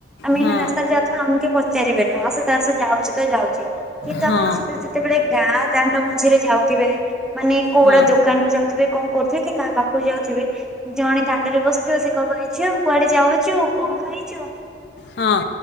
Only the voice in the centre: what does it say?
ଆମେ
ଏଇନା ରାସ୍ତାରେ ଯାଉ ଆମକୁ କିଏ ପଚାରିବେନି ହଁ ସେ ତାର ସେ ଯାଉଚି ତ ଯାଉଚି କିନ୍ତୁ
ଆପଣ ସେ ଯେତେବେଳେ ଗାଁ ଦାଣ୍ଡ ମଝିରେ ଯାଉଥିବେ ମାନେ କୋଉଡା
ଦୋକାନକୁୁ ଯାଉ ଥିବେ କଣ କରୁଥିବେ କି କାହା ପାଖକୁ ଯାଉଥିବେ। ଜଣେ ଦାଣ୍ଡରେ ବସିଥିବ ସେ କହିବ ଏ ଝିଅ କୁଆଡେ ଯାଉଚୁ କଣ ଖାଇଚୁ।